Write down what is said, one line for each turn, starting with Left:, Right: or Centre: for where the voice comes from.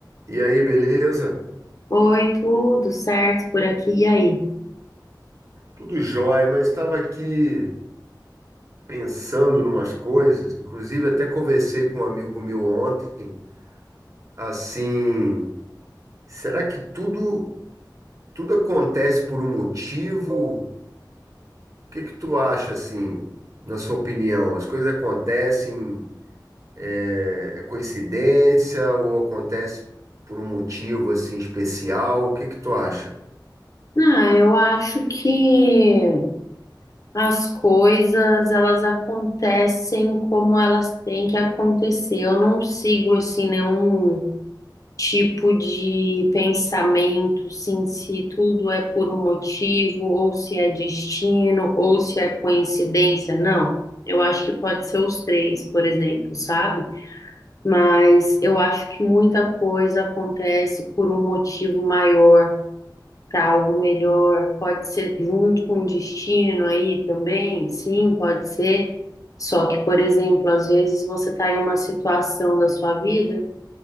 Right: E aí, beleza?
Left: Oi, tudo certo por aqui e aí?
Right: Tudo jóia, mas estava aqui pensando numas coisas, inclusive até conversei com um amigo meu ontem, assim, será que tudo tudo acontece por um motivo? O que que tu acha assim, na sua opinião? As coisas acontecem, é, é coincidência ou acontece por um motivo assim especial? O que que tu acha?
Left: Ah, eu acho que as coisas elas acontecem como elas têm que acontecer. Eu não sigo assim nenhum tipo de pensamento, sim, se tudo é por um motivo ou se é destino ou se é coincidência. Não. Eu acho que pode ser os três, por exemplo, sabe? Mas eu acho que muita coisa acontece por um motivo maior para algo melhor. Pode ser junto com o destino aí também, sim, pode ser. Só que, por exemplo, às vezes você está em uma situação da sua vida